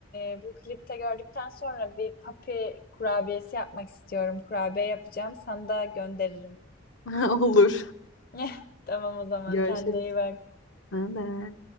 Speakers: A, on the left; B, on the left.
A: e, bu klipte gördükten sonra bir papi kurabiyesi yapmak istiyorum. Kurabiye yapacağım. Sana da gönderirim.
B: <laughs> Olur.
A: <laughs> Tamam o zaman
B: Görüşürüz.
A: kendine iyi bak.
B: Ben de.